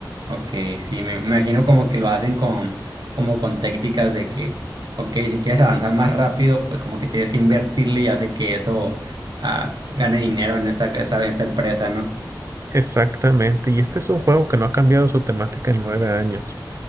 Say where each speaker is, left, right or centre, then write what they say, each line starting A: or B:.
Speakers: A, on the right; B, on the right.
A: ok, sí, me imagino como que lo hacen con, como con técnicas de que, ok, si quieres avanzar más rápido, pues como que tienes que invertirle y hace que eso ah, gane dinero en esta, esta, esta empresa, ¿no?
B: Exactamente, y este es un juego que no ha cambiado su temática en nueve años.